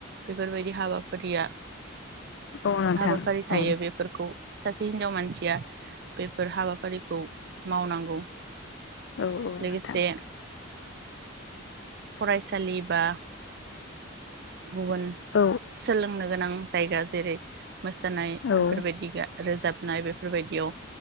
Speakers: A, on the right (about 50°); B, on the left (about 65°).
A: बेफोरबायदि हाबाफारिया
B: औ नोंथां
A: हाबाफारि थायो
B: औ
A: बेफोरखौ सासे हिन्जाव मानसिया बेफोर हाबाफारिखौ मावनांगौ।
B: औ औ
A: लोगोसे
B: नोंथां
A: फरायसालि बा गुबुन
B: औ
A: सोलोंनो गोनां जायगा जेरै- मोसानाय
B: औ
A: बेफोरबायदि गा रोजाब- नाय बेफोरबायदियाव